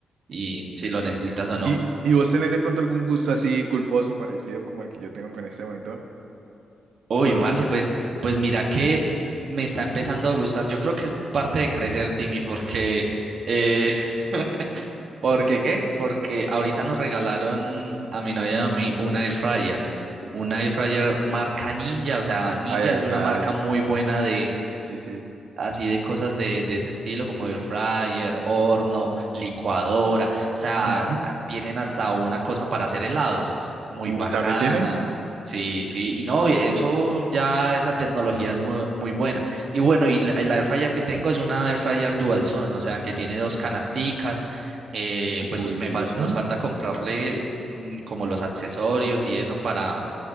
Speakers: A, on the right; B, on the right.
A: y si lo
B: ¿Y,
A: necesitas
B: y,
A: o no.
B: y y vos tenés de pronto algún gusto así culposo parecido como el que yo tengo con este monitor?
A: Uy,
B: ¿O no?
A: parce, pues, pues mira que me está empezando a gustar, yo creo que es parte de crecer, Timmy, porque eh, <laughs> ¿Porque qué? Porque ahorita nos regalaron a mi novia y a mí una air fryer.
B: <laughs>
A: Una air fryer marca Ninja, o sea, Ninja
B: Ay, ay,
A: es una
B: ay.
A: marca muy buena de,
B: Sí, sí, sí. sí.
A: así de cosas de, de ese estilo, como air fryer, horno, licuadora, o sea,
B: Ujú.
A: a- tienen hasta una cosa para hacer helados, muy
B: Uy,
A: bacana.
B: ¿también tienen?
A: Sí, sí, y no, eso ya, esa tecnología es muy, muy buena. Y bueno, y la, el air fryer que tengo es una air fryer dual zone, o sea, que tiene dos canasticas, eh,
B: Uy,
A: pues me fal-
B: eso.
A: nos falta comprarle mm, como los accesorios y eso para,